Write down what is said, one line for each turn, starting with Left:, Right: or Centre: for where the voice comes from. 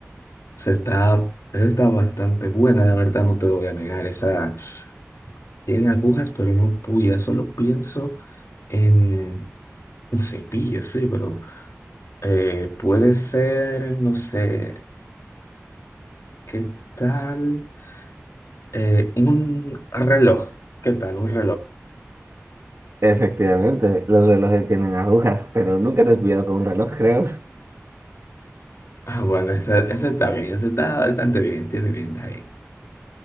Left: O sea, está, está bastante buena, la verdad, no te voy a negar. Esa tiene agujas, pero no puya. Solo pienso en el cepillo, sí, pero eh, puede ser, no sé, ¿qué tal? Eh, un reloj. ¿Qué tal? Un reloj.
Right: Efectivamente, los relojes tienen agujas, pero nunca te has pillado con un reloj, creo. <laughs>
Left: Ah, bueno, esa, esa está bien, esa está bastante bien, tiene bien, está bien.